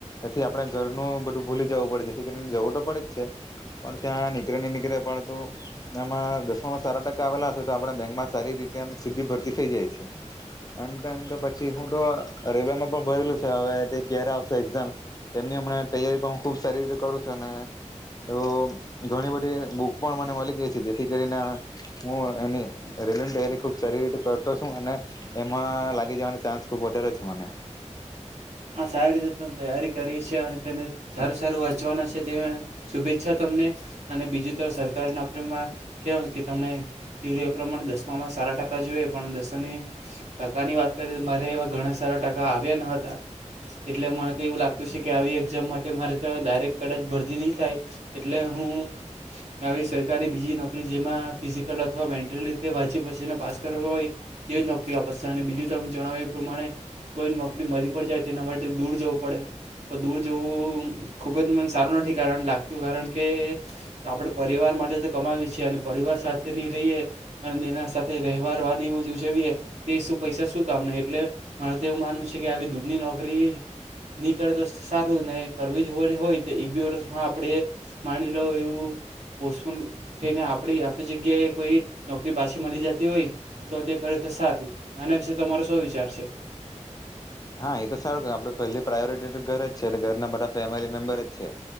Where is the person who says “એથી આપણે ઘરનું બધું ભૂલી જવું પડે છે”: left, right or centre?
Left